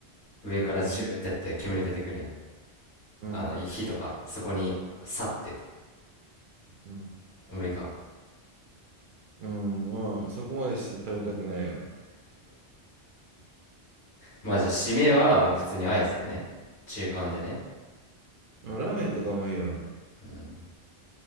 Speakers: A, on the left; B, on the right.
A: 上からジューってやって煙出てくるやん
B: うん。うん。
A: あの火とかそこにさって
B: うん。
A: 無理か
B: うんまあ、そこまでして食べたくないよな。
A: まあじゃあ締めはもう普通にアイスね中間でね
B: うんラーメンとかもいいよな。
A: うん